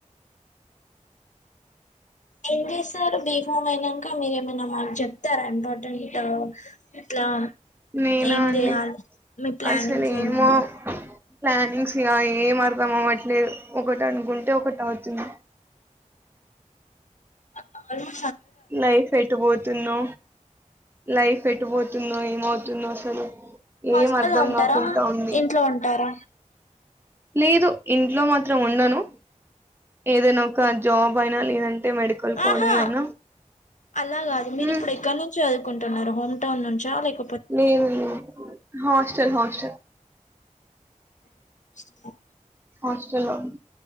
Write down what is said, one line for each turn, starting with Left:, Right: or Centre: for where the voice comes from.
Left: ఏం జేసారు బిహోమ్ అయినాంక మీరేమైన మాక్జెప్తర ఇంపార్టెంట్ ఇట్లా
Right: నేనా
Left: ఏం
Right: అండి
Left: జేయాలి మీ ప్లానింగ్స్
Right: అసలు
Left: ఏమన్నా
Right: ఏమో ప్లానింగ్స్ ఇగ ఏం అర్ధం అవ్వట్లేదు ఒకటనుకుంటే ఒకటవుతుంది
Left: అ ఆల్మో
Right: లైఫ్ ఎటు పోతున్నో లైఫ్ ఎటు పోతున్నో ఏమౌతున్నో అసలు
Left: హాస్టల్లో
Right: ఏం అర్ధం
Left: ఉంటారా
Right: కాకుంటా ఉందీ
Left: ఇంట్లో ఉంటారా
Right: లేదు ఇంట్లో మాత్రం ఉండను ఏదైనా ఒక జాబ్ అయినా లేదం టే మెడికల్ కోడింగ్
Left: ఆహా
Right: అయినా
Left: అలా కాదు మీరు
Right: హ్మ్
Left: ఇప్పుడు ఎక్కనుంచి చదువుకుంటున్నారు హోమ్ టౌన్ నుంచా లేక్
Right: లేదు లేదు హాస్టల్ హాస్టల్
Left: హాస్టల్ ఆ
Right: హాస్టల్లో